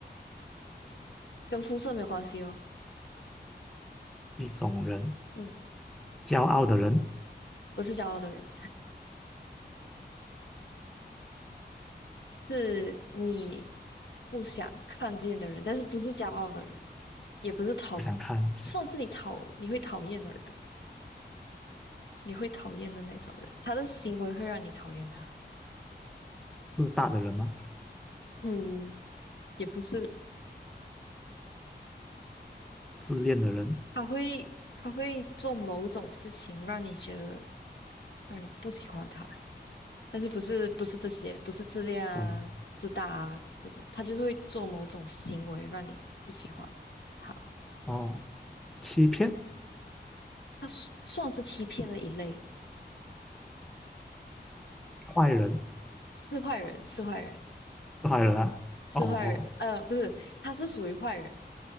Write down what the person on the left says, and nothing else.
跟肤色没有关系哦，
嗯，
不是骄傲的人，是你不想看见的人，但是不是骄傲的人，也不是讨，
算是你讨，你会讨厌的人，你会讨厌的那种人，他的行为会让你讨厌他，
嗯，也不是，
他会他会做某种事情让你觉得让你不喜欢他。但是不是不是这些，不是自恋啊、
自大啊这种，他就是会做某种行为让你不喜欢他，
他算算是欺骗的一类，
是坏人，是坏人，
是坏人，
呃，不是，他是属于坏人，